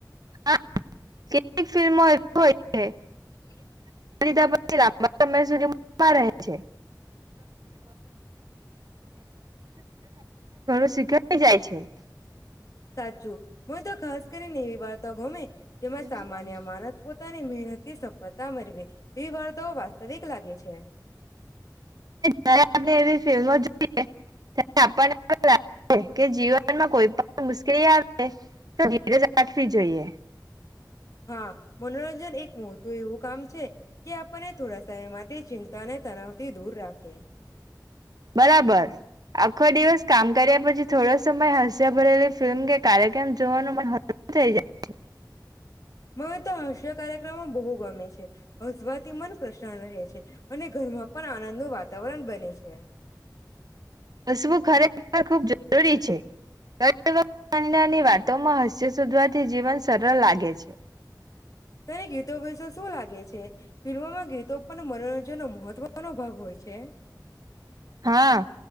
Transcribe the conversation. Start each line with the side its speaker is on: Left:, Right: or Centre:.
Right: હા કેટલીક ફિલ્મો હોય છે.
Left: એક
Right: પછી લાંબા સમય સુધી રહે છે <unintelligible> શીખ <inaudible>
Left: સાચું હ તો ખાસ કરીને એવી વાર્તો ગમે જેમાં
Right: જ્યારે
Left: સામાન્ય માનસ પોતાની મહેનત થી સફળતા મેળવી એવી વાર્તાઓ વાસ્તવિક લાગે છે.
Right: જ આપ એવી ફિલ્મો જોઈએ ત આપને લાગ કે જીવનમાં કોઈ પણ મુશ્કેલી આવે તો ધીરજ રાખવી જોઈએ.
Left: હા મનોરંજન એક મોતું એવું કામ છે કે આપણને થોડા સમય માટે ચિંતા અને તણવથી દૂર રાખે.
Right: બરાબર આખો દિવસ કામ કર્યા પછી થોડો સમય હસ્યા ભરેલી ફિલ્મ કે કાર્યક્રમ જોવાનું મન હળવું થઈ જાય છે.
Left: મને તો હાસ્ય કાર્યક્રમો બહુ ગમે છે હસવાથી મન પ્રશન્ન રહે છે અને ઘરમાં પણ આનંદ નો વાતાવરણ બને છે.
Right: હસવું ખરેખર ખૂબ જરૂરી છેની <unintelligible> વાતોમાં હસ્ય શોધવાથી જીવન સરળ લાગે છે.
Left: તેને ગીતો વિશે શું લાગે છે ફિલ્મોમાં ગીતો પણ મનોરંજનનો મહત્વનો ભાગ હોય છે.
Right: હા